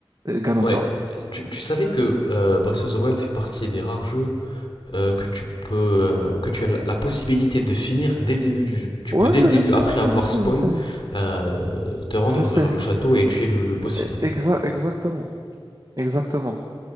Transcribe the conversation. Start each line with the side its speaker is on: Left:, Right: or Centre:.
Right: euh, Ganondorf.
Left: Ouais, tu, tu savais que euh, Breath of the Wild fait partie des rares jeux euh, que tu peux, euh, que tu as la, la possibilité de finir dès le début du jeu. Tu
Right: Ouais,
Left: peux dès
Right: ouais,
Left: le début,
Right: je sais,
Left: après
Right: je sais,
Left: avoir
Right: je sais,
Left: spawn,
Right: je sais.
Left: euh, te rendre
Right: Je sais,
Left: vers le château et tuer le, le boss final.
Right: E- exa- exactement, exactement.